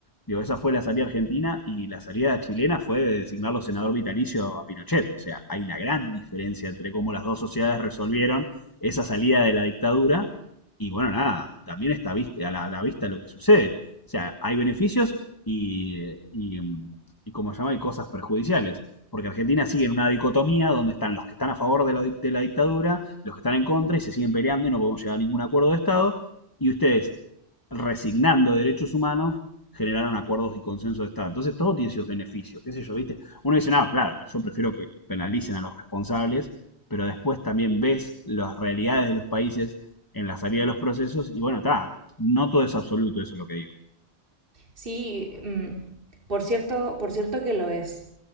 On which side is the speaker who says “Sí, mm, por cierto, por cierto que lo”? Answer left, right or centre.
Right